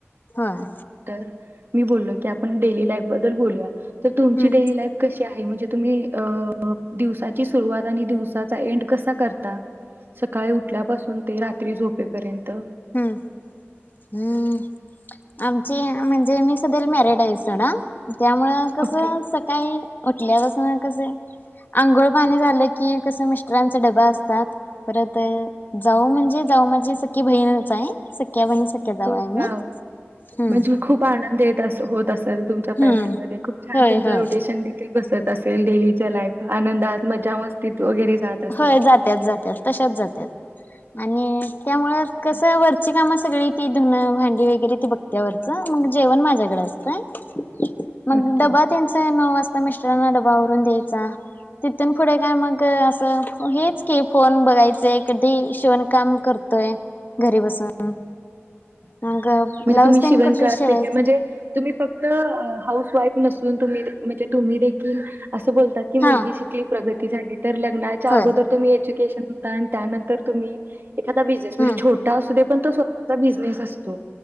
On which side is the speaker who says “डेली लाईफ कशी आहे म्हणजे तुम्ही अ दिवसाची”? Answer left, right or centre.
Right